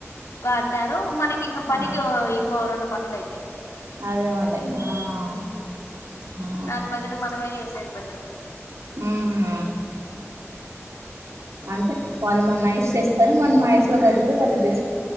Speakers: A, on the left; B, on the right.
A: వాడతారు మనకి ఇంగా పనికి
B: ఆ
A: ఇంకో రెండు పనులయితాయి.
B: అదే మళ్ళీ ఆ
A: మ్
B: ఆ
A: దాని బదులు మనమె ఏసేది బెటరు
B: మ్హు అంతే వాళ్ళు మన ఐష్ చేస్తారు మనము ఆ ఐస్ లో కరిగిపోయి వాళ్ళు జెస్